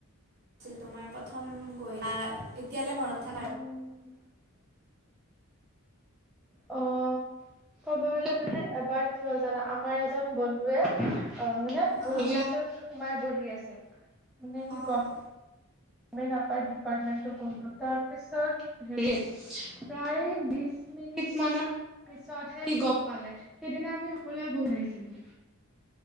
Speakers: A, on the right (about 45°); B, in the centre.
A: ছিল তোমাৰ প্ৰথম গৈ বা এতিয়ালে মনত থাকা?
B: উম অ কব গলে মানে এবাৰ কি হল জানা? আমাৰ এজন বন্ধুৱে অ মান ভুল
A: অঁ
B: ক্লাছত সোমাই বহি আছিল, মানে কি
A: অঁ
B: গম গমেই নাপায় ডিপাৰ্টমেণ্টটো কোনটো তাৰপিছত হেৰি প্ৰায় বিশ মিনিট মানত পিছতহে সি গম পালে, সেইদিনা আমি সকলোৱে বহি আছিলো।